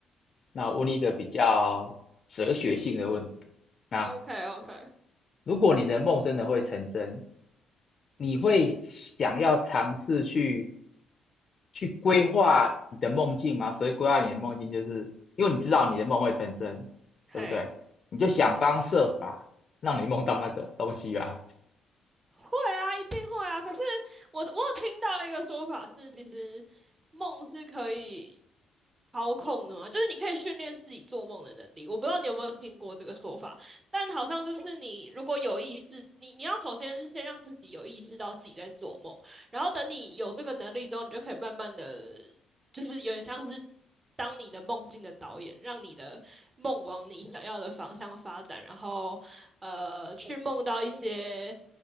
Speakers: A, on the left (about 45°); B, on the right (about 35°).
A: 那我问你一个比较哲学性的问题。那
B: OK OK，
A: 如果你的梦真的会成真，你会想要尝试去
B: 嗯，
A: 去规划你的梦境吗？所以规划你的梦境，就是因为你知道你的梦会成真，
B: 嘿，
A: 对不对？你就想方设法让你梦到那个东西吧。
B: 会啊，一定会啊。可是我我有听到一个说法是，其实梦是可以操控的嘛，就是你可以训练自己做梦的能力。我不知道你有没有听过这个说法，但好像就是你如果有意识，你你要首先先让自己有意识到自己在做梦，然后等你有这个能力之后，你就可以慢慢的，就是有点像是当你的梦境的导演，让你的梦往你想要的方向发展，然后呃去梦到一些。